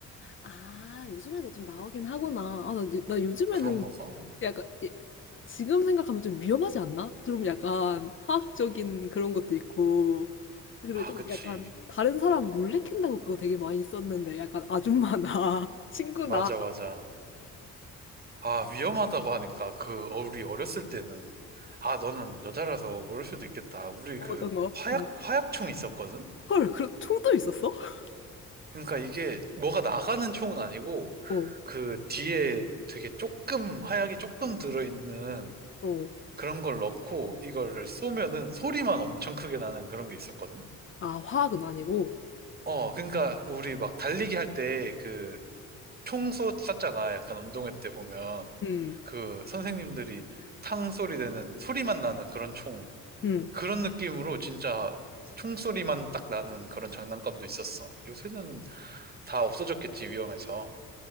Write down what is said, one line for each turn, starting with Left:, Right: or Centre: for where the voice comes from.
Left: 아, 요즘에도 좀 나오긴 하구나. 아, 나, 요- 나 요즘에는
Right: 그런 거가
Left: 약간, 예, 지금 생각하면 좀 위험하지 않나? 좀 약간 화학적인 그런 것도 있고, 그리고
Right: 아,
Left: 좀
Right: 그치.
Left: 약간 다른 사람 놀래킨다고 그거 되게 많이 썼는데, 약간 아줌마나 <laughs> 친구나
Right: 맞아, 맞아. 아, 위험하다고 하니까, 그, 어, 우리 어렸을 때는. 아, 너는 여자라서 모를 수도 있겠다. 우리
Left: 뭐
Right: 그,
Left: 어떤 거.
Right: 화약,
Left: 음.
Right: 화약총 있었거든?
Left: 헐, 그런 총도 있었어? <laughs>
Right: 그러니까 이게 뭐가 나가는 총은 아니고,
Left: 어,
Right: 그 뒤에 되게 조금 하얗게 조금 들어있는
Left: 어.
Right: 그런 걸 넣고 이거를 쏘면은 소리만 엄청 크게 나는 그런 게 있었거든.
Left: 아, 화학은 아니고,
Right: 어, 그러니까 우리 막 달리기 할 때 그 총 쐈잖아. 약간 운동회 때 보면
Left: 음.
Right: 그 선생님들이 탕 소리 되는 소리만 나는 그런 총
Left: 음,
Right: 그런 느낌으로 진짜 총 소리만 딱 나는 그런 장난감도 있었어. 요새는 다 없어졌겠지 위험해서.